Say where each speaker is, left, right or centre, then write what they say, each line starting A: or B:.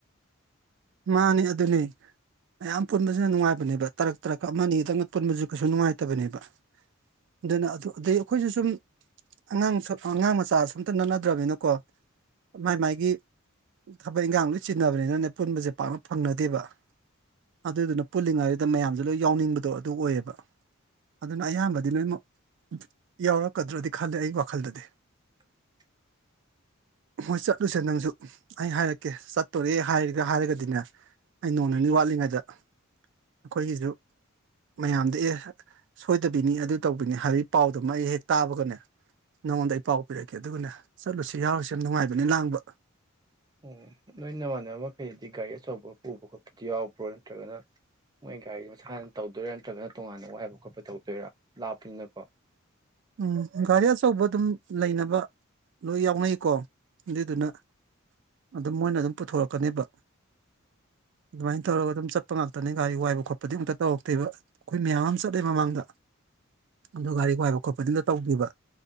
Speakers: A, on the right; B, on the right.
A: ꯃꯥꯅꯤ ꯑꯗꯨꯅꯦ ꯃꯌꯥꯝ ꯄꯨꯟꯕꯁꯤꯅ ꯅꯨꯡꯉꯥꯏꯕꯅꯦꯕ ꯇꯔꯛ ꯇꯔꯛ ꯑꯃ ꯑꯅꯤꯗꯪꯅ ꯄꯨꯟꯕꯁꯨ ꯀꯩꯁꯨ ꯅꯨꯡꯉꯥꯏꯇꯕꯅꯦꯕ ꯑꯗꯨꯅ ꯑꯗꯨ ꯑꯗꯩ ꯑꯩꯈꯣꯏꯁꯨ ꯁꯨꯝ ꯑꯉꯥꯡꯁꯨ ꯑꯉꯥꯡ ꯃꯆꯥꯁꯨ ꯑꯝꯇ ꯅꯠꯅꯗ꯭ꯔꯃꯤꯅꯀꯣ ꯃꯥꯏ ꯃꯥꯥꯏꯒꯤ ꯊꯕꯛ ꯏꯟꯈꯥꯡ ꯂꯣꯏ ꯆꯤꯟꯅꯕꯅꯤꯅꯅꯦ ꯄꯨꯟꯕꯁꯦ ꯄꯥꯛꯅ ꯐꯪꯅꯗꯦꯕ ꯑꯗꯨꯗꯨꯅ ꯄꯨꯜꯂꯤꯉꯩꯗꯨꯗ ꯃꯌꯥꯝꯁꯦ ꯂꯣꯏ ꯌꯥꯎꯅꯤꯡꯕꯗꯣ ꯑꯗꯨ ꯑꯣꯏꯌꯦꯕ ꯑꯗꯨꯅ ꯑꯌꯥꯝꯕꯗꯤ ꯂꯣꯏꯅꯃꯛ ꯌꯥꯎꯔꯛꯀꯗ꯭ꯔꯗꯤ ꯈꯜꯂꯦ ꯑꯩ ꯋꯥꯈꯜꯗꯗꯤ
B: <inaudible>
A: ꯍꯣꯏ ꯆꯠꯂꯨꯁꯦ ꯅꯪꯁꯨ ꯑꯩ ꯍꯥꯏꯔꯛꯀꯦ ꯆꯠꯇꯣꯔꯦ ꯍꯥꯏꯔꯒ ꯍꯥꯏꯔꯒꯗꯤ ꯑꯩ ꯅꯣꯡ ꯅꯤꯅꯤ ꯋꯥꯠꯂꯤꯉꯩꯗ ꯑꯩꯈꯣꯏꯒꯤꯁꯨ ꯃꯌꯥꯝꯗ ꯑꯦ ꯁꯣꯏꯗꯕꯤꯅꯤ ꯑꯗꯨ ꯇꯧꯕꯤꯅꯤ ꯍꯥꯏꯕ ꯄꯥꯎꯗꯨꯃ ꯑꯩ ꯍꯦꯛ ꯇꯥꯕꯒꯅꯦ ꯅꯉꯣꯟꯗ ꯑꯩ ꯄꯥꯎ ꯄꯤꯔꯛꯀꯦ ꯑꯗꯨꯒꯅꯦ ꯆꯠꯂꯨꯁꯤ ꯌꯥꯎꯔꯨꯁꯤ ꯌꯥꯝ ꯅꯨꯡꯉꯥꯏꯕꯅꯤ ꯂꯥꯡꯕ
B: ꯑꯣ ꯂꯣꯏ ꯅꯃꯥꯟꯅꯕ ꯃꯈꯩꯗꯤ ꯒꯥꯔꯤ ꯑꯆꯧꯕ ꯎꯕ ꯈꯣꯠꯄꯗꯨ ꯌꯥꯎꯕ꯭ꯔꯣ ꯅꯠꯇ꯭ꯔꯒꯅ ꯃꯣꯏ ꯒꯥꯔꯤ ꯃꯁꯥ ꯍꯥꯟꯅ ꯇꯧꯗꯣꯏꯔꯥ ꯅꯠꯇ꯭ꯔꯒꯅ ꯇꯣꯉꯥꯟꯅ ꯋꯥ ꯍꯥꯏꯕ ꯈꯣꯠꯄ ꯇꯧꯗꯣꯏꯔꯥ ꯂꯥꯞꯄꯅꯤꯅꯀꯣ
A: ꯎꯝ ꯒꯥꯔꯤ ꯑꯆꯧꯕ ꯑꯗꯨꯝ ꯂꯩꯅꯕ ꯂꯣꯏ ꯌꯥꯎꯅꯩꯀꯣ ꯑꯗꯨꯏꯗꯨꯅ ꯑꯗꯨꯝ ꯃꯣꯏꯅ ꯑꯗꯨꯝ ꯄꯨꯊꯣꯔꯛꯀꯅꯦꯕ ꯑꯗꯨꯃꯥꯏꯅ ꯇꯧꯔꯒ ꯑꯗꯨꯝ ꯆꯠꯄ ꯉꯥꯛꯇ ꯈꯠꯇꯅꯤ ꯒꯥꯔꯤ ꯋꯥꯏꯕ ꯈꯣꯠꯄꯗꯤ ꯑꯃꯨꯛꯇ ꯇꯧꯔꯛꯇꯦꯕ ꯑꯩꯈꯣꯏ ꯃꯌꯥꯝ ꯑꯃ ꯆꯠꯂꯦ ꯃꯃꯥꯡꯗ ꯑꯗꯨ ꯒꯥꯔꯤ ꯋꯥꯏꯕ ꯈꯣꯠꯄꯗꯨꯗ ꯇꯧꯕꯤꯕ